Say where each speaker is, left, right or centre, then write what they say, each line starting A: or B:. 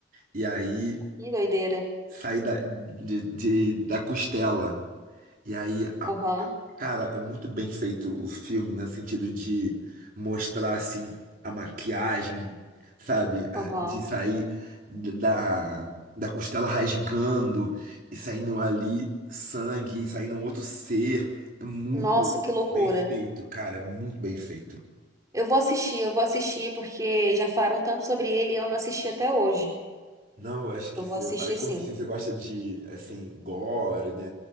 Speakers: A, on the right (about 50°); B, on the right (about 20°).
A: E aí
B: Que doideira.
A: sai da, de, de- da costela. E aí, a-
B: Aham.
A: cara, é muito bem feito o filme, né, no sentido de mostrar, assim, a maquiagem, sabe?
B: Aham.
A: A- De sair d- da, da costela rasgando e saindo ali sangue, e saindo um outro ser. É muito
B: Nossa, que loucura.
A: bem feito, cara, é muito bem feito.
B: Eu vou assistir, eu vou assistir porque já falaram tanto sobre ele e eu não assisti até hoje.
A: Não, eu acho que
B: Eu
A: você
B: vou assistir
A: vai curtir,
B: sim.
A: se você gosta de, assim, gore, né?